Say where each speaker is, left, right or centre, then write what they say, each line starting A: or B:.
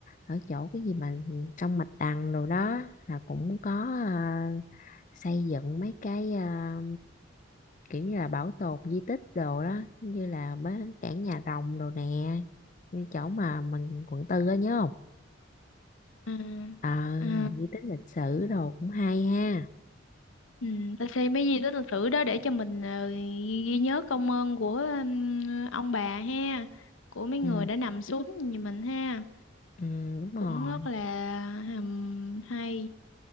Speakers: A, on the left; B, on the left.
A: ở chỗ cái gì mà trong mạch đằng đồ đó là cũng có à, xây dựng mấy cái à, kiểu như là bảo tồn di tích đồ đó giống như là bến cảng nhà rồng đồ nè như chỗ mà mình quận tư á nhớ không
B: Ừ.
A: ờ
B: Ừ.
A: là di tích lịch sử đồ cũng hay ha
B: Ừ, ta xem mấy di tích lịch sử đó để cho mình ờ, ghi, ghi nhớ công ơn của ừm, ông bà ha của mấy người
A: ừ,
B: đã nằm xuống như mình ha
A: ừ đúng rồi
B: cũng rất là ừm, hay